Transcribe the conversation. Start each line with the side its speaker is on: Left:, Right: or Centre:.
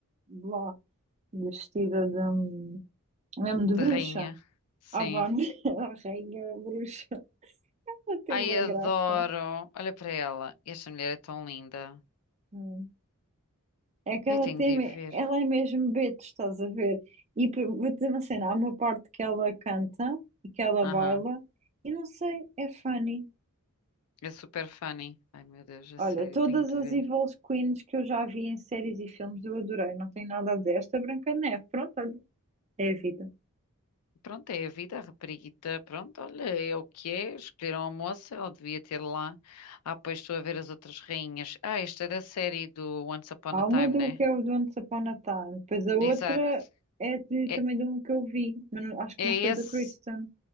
Right: de lá, vestida de, hum, mesmo
Left: De
Right: de bruxa.
Left: rainha. Sim.
Right: Ah, vá, né? <laughs> a rainha bruxa. Ela tem
Left: Ai,
Right: uma
Left: adoro.
Right: graça.
Left: Olha para ela. Esta mulher é tão linda.
Right: Hum. É que
Left: Eu
Right: ela
Left: tenho
Right: tem,
Left: de ir ver.
Right: ela é mesmo Beto, estás a ver? E p- vou dizer uma cena, há uma parte que ela canta e que ela
Left: Aham.
Right: baila, e não sei, é funny.
Left: É super funny. Ai, meu Deus, a
Right: Olha,
Left: sério,
Right: todas
Left: tenho de
Right: as
Left: ver.
Right: Evil Queens que eu já vi em séries e filmes eu adorei, não tem nada a dizer. Esta Branca de Neve, pronto, É a vida.
Left: Pronto, é a vida, a rapariguita. Pronto, olha, é o que é. Escolheram a moça, ela devia ter lá. Ah, pois estou a ver as outras rainhas. Ah, esta é da série do Once Upon
Right: Há
Left: a Time,
Right: uma do
Left: né?
Right: que é o do ano de Upon a Time, depois a outra
Left: Exato.
Right: é de-
Left: É,
Right: também de um que eu vi, mas não- acho que
Left: é
Right: não foi
Left: esse.
Right: do Kristen.